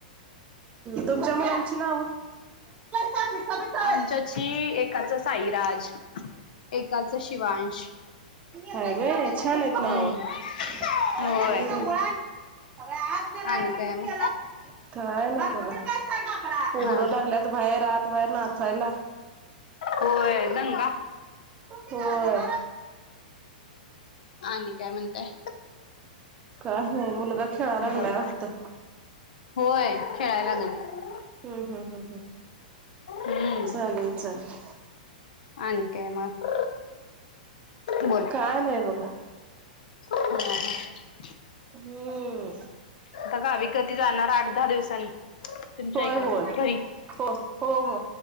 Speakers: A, on the right; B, on the left.
A: तुमच्या मुलांची नाव? का पिसा बिसा
B: आमच्याची एकाच साईराज एकाच शिवांश
A: हाय होय छान आहेत
B: हम्म
A: नाव हम्
B: होय
A: अरे आ मला
B: आणि
A: आड
B: काय
A: मिशला
B: मग
A: <unintelligible> काय नाही बघा पोरं
B: हा
A: लागल्यात
B: हा
A: बाहेर आात बाहेर नाचायला
B: होय दंगा
A: होय
B: आणि काय म्हणताय
A: काही नाही मुलगा खेळायला लागलाय
B: बोल.
A: वाटतं
B: होय खेळायला लागलं
A: हम हम हम हं
B: हम्म
A: चालेल चालेल
B: आणि काय मग बोला
A: काय नाही बघा
B: ह ह <unintelligible>
A: हम्म
B: आता गावी कधी जाणार आठ दहा दिवसांनी तुमच्या
A: होय
B: इकडं
A: होय हो
B: घरी.
A: हो हो